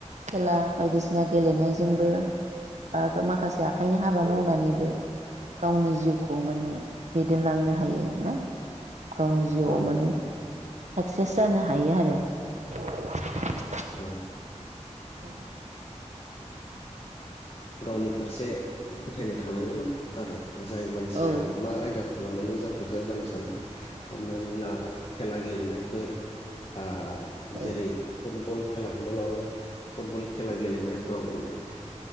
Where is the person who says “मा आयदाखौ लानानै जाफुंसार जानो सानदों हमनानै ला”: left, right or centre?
Left